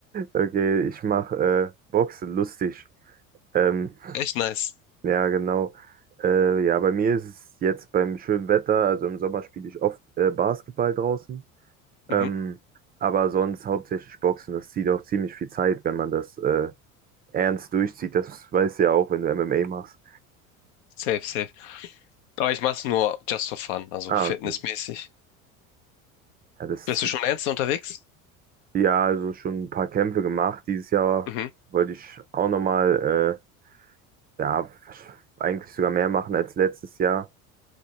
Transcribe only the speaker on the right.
Okay, ich mache äh, Boxen, lustig. Ähm,
ja, genau. Äh, ja, bei mir ist es jetzt beim schönen Wetter, also im Sommer spiele ich oft äh, Basketball draußen.
Ähm, aber sonst hauptsächlich Boxen, das zieht auch ziemlich viel Zeit, wenn man das äh, ernst durchzieht. Das weißt du ja auch, wenn du MMA machst.
Ah,
okay. Ja, das
zieht.
Ja, also schon ein paar Kämpfe gemacht. Dieses Jahr
wollte ich auch nochmal, äh, ja, eigentlich sogar mehr machen als letztes Jahr.